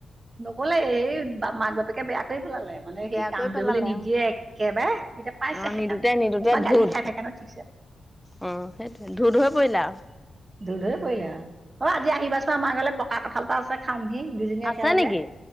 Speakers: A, on the right; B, in the centre.
A: নকলে এই মাক-বাপেকে বেয়া কৰি পেলালে। মানে
B: বেয়া
A: সেই কাম
B: কৰি পেলালে
A: কৰিবলৈ নিদিয়ে
B: আৰু।
A: একেবাৰে, এতিয়া পাইছে
B: অ নিদোতে
A: সেকাটো,
B: নিদোতে
A: মোৰ পৰা
B: ধুত
A: গালি খাই থাকে নহয় ঠিকছে।
B: অ', সেইটোৱে ধোধ হৈ পৰিল আৰু।
A: ধোদ হৈ পৰিলে আৰু, অ', আজি আহিবাচোন আমাৰ ঘৰলে, পকা কঠাল এটা আছে। খামহী দুজনী
B: আছে
A: একেলগে,
B: নেকি